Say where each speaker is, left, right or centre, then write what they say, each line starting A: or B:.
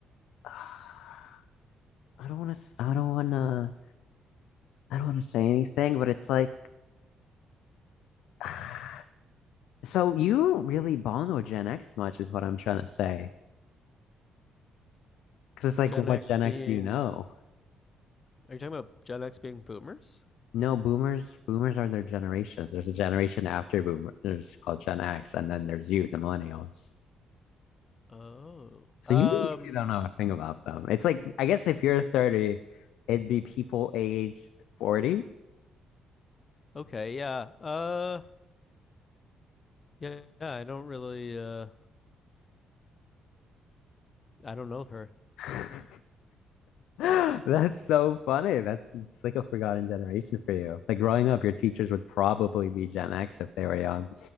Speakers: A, on the left; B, on the left.
A: <sighs> I don't want to, I don't want to, I don't want to say anything, but it's like, <sighs> so you don't really bond with Gen X much, is what I'm trying to say. Because it's like,
B: Gen
A: what
B: X
A: Gen
B: being
A: X do you know?
B: are you talking about Gen X being boomers?
A: No, boomers, boomers are their generations. There's a generation after boomers called Gen X, and then there's you, the millennials.
B: Oh,
A: So
B: um,
A: you really don't know a thing about them. It's like, I guess if you're 30, it'd be people aged 40.
B: okay, yeah, uh, yeah, yeah. I don't really, uh, I don't know her.
A: <laughs> That's so funny. That's it's like a forgotten generation for you. Like growing up, your teachers would probably be Gen X if they were young.